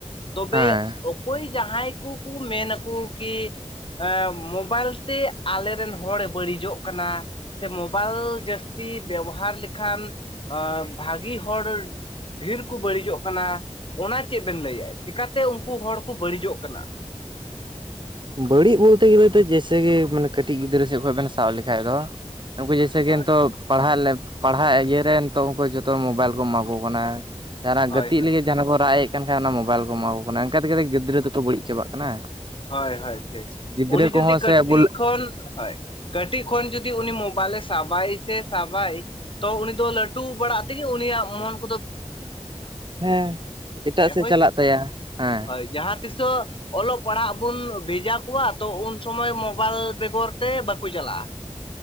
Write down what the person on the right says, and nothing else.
ᱦᱮᱸ
ᱵᱟᱹᱲᱤᱡ ᱵᱚᱞᱛᱮ ᱜᱤᱞᱮ ᱡᱮᱭᱥᱮ ᱠᱤ ᱢᱟᱱᱮ ᱠᱟᱹᱴᱤᱡ ᱜᱤᱫᱽᱨᱟᱹ ᱥᱮᱫ ᱠᱷᱚᱱ ᱵᱮᱱ ᱥᱟᱵᱽ ᱞᱮᱠᱷᱟᱡ ᱫᱚ ᱩᱱᱠᱩ ᱡᱮᱭᱥᱤ ᱜᱮ ᱜᱮᱱᱛᱩᱜ
ᱯᱟᱲᱦᱟᱜ ᱯᱟᱲᱦᱟᱜ ᱞᱟᱭᱮᱯ ᱤᱭᱟᱹ ᱨᱮ ᱱᱤᱛᱚᱜ ᱩᱱᱠᱩ ᱡᱚᱛᱚ ᱢᱳᱵᱟᱭᱤᱞ ᱠᱩ ᱮᱢᱟ ᱠᱩ ᱠᱟᱱᱟ᱾ ᱡᱟᱦᱟᱱᱟᱜ
ᱜᱟᱛᱤᱜ
ᱞᱟᱹᱜᱤᱫ ᱡᱟᱦᱟᱸᱱᱟᱜ ᱠᱩ ᱨᱟᱜ ᱮᱫ ᱠᱟᱱ ᱠᱷᱟᱱ, ᱚᱱᱟ ᱢᱳᱵᱟᱭᱤᱞ ᱠᱩ ᱮᱢᱟ ᱠᱚ ᱠᱟᱱᱟ᱾ ᱮᱱᱠᱟ ᱛᱮᱜᱮ ᱛᱚ ᱜᱤᱫᱽᱨᱟᱹ ᱫᱚ ᱠᱚ ᱵᱟᱹᱲᱤᱡ ᱪᱟᱵᱟᱜ ᱠᱟᱱᱟ᱾
ᱜᱤᱫᱽᱨᱟᱹ
ᱠᱚᱦᱚᱸ
ᱥᱮ
ᱟᱵᱚ
ᱦᱮᱸ ᱮᱴᱟᱜ
ᱥᱮᱫ
ᱪᱟᱞᱟᱜ
ᱛᱟᱭᱟ ᱦᱮᱸ᱿